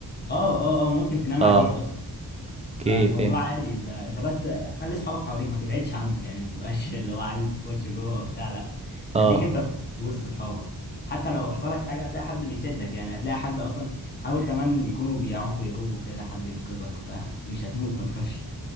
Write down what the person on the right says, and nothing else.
اه
اوكي
فهمت
اه